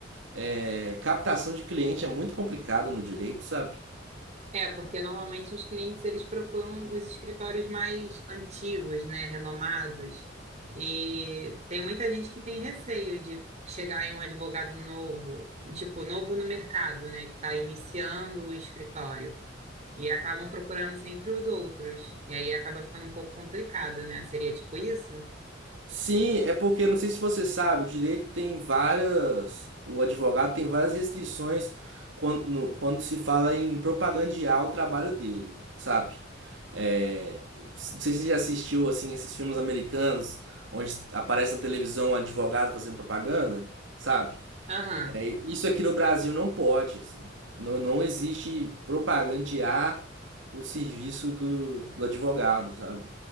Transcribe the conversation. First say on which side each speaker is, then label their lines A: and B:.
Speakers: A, on the right; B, on the right.
A: é, captação de cliente é muito complicado no direito, sabe?
B: É, porque normalmente os clientes eles procuram os escritórios mais antigos, né, renomados. E tem muita gente que tem receio de chegar em um advogado novo, tipo, novo no mercado, né, que está iniciando o escritório. E acabam procurando sempre os outros. E aí acaba ficando um pouco complicado, né? Seria tipo isso?
A: Sim, é porque não sei se você sabe, o direito tem várias, o advogado tem várias restrições quando, no- quando se fala em propagandear o trabalho dele, sabe? É, não sei se você já assistiu assim esses filmes americanos onde aparece na televisão um advogado fazendo propaganda, sabe?
B: Aham.
A: É, isso aqui no Brasil não pode, assim. Não, não existe propagandear o serviço do, do advogado, sabe?